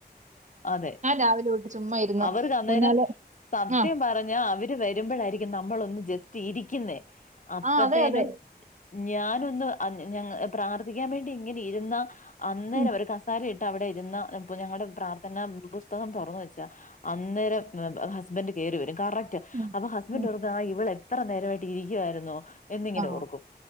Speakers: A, on the left; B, on the right.
A: അതെ,
B: രാവിലെ തൊട്ട് ചുമ്മാ ഇരുന്ന്
A: അവർ അന്നേരം
B: ഊഞ്ഞാല്
A: സത്യം
B: ആ
A: പറ- ഞാൻ അവര് വരുമ്പോഴായിരിക്കും നമ്മളൊന്ന് ജസ്റ്റ് ഇരിക്കുന്നേ, അപ്പത്തേനും
B: ആ അതെ അതെ.
A: ഞാനൊന്ന് അ ഞങ്ങ പ്രാർത്ഥിക്കാൻ വേണ്ടി ഇങ്ങനെ ഇരുന്ന അന്നേരം
B: ഉം
A: ഒരു കസ് സാരി ഇട്ട് അവിടെ ഇരുന്ന് ഞങ്ങടെ പ്രാർഥന പുസ്തകം തുറന്ന് വെച്ചാ- അന്നേരം എ ഹസ്ബന്റ് കേറി വരും. കറക്റ്റ്,
B: ഉം
A: അപ്പൊ ഹസ്ബന്റ്
B: ഉം.
A: ആ ഇവളെ- ഇത്ര നേരമായിട്ട് ഇരിക്കായിരുന്നോ എന്നിങ്ങനെ
B: ആ
A: ഓർക്കും.